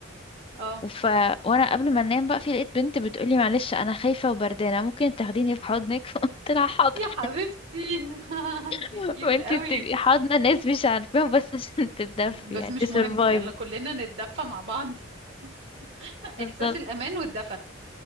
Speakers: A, on the right; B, on the left.
A: <laughs> اه
B: وف... وانا قبل ما انام بقى في لقيت بنت بتقولي معلش انا خايفة وبردانة ممكن تاخديني في حضنك <laughs> قلت لها حاضر
A: يا حبيبتي <laughs> دي
B: <laughs>
A: كيوت
B: وانتي
A: قوي
B: بتبقي حاضنة ناس مش عارفاهم بس عشان تتدفي
A: بس
B: يعني
A: مش
B: تسرفايف
A: مهم يلا كلنا نتدفى مع بعض <laughs>
B: بالظبط
A: احساس الامان والدفى